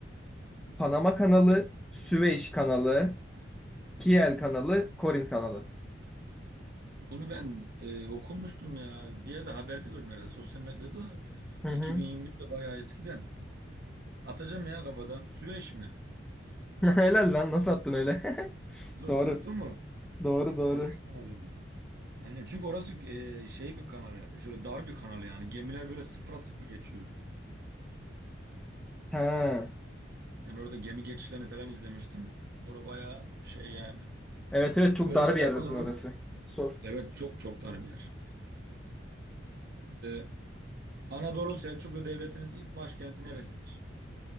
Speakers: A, in the centre; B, on the right (about 55°).
A: Panama kanalı, Süveyş kanalı, Kiel kanalı, Korin kanalı.
B: Bunu ben e, okumuştum ya. Bir yerde haberde gördüm herhalde. Sosyal medyada
A: Hı hı.
B: 2021'de bayağı eskiden. Atacağım ya kafadan. Süveyş mi?
A: <laughs> Helal lan nasıl attın öyle? <laughs>
B: Tut-
A: Doğru.
B: Tuttu mu?
A: Doğru
B: Süveyş
A: doğru.
B: kanalı mı? Aynen çünkü orası e, şey bir kanal yani. Şöyle dar bir kanal yani. Gemiler böyle sıfıra sıfır geçiyor.
A: Ha.
B: Ben orada gemi geçişlerini falan izlemiştim. Orada bayağı şey yani.
A: Evet evet çok
B: Gönderiyor
A: dar bir yer zaten
B: o zaman.
A: orası. Sor.
B: Evet çok çok dar bir yer. E, Anadolu Selçuklu Devleti'nin ilk başkenti neresidir?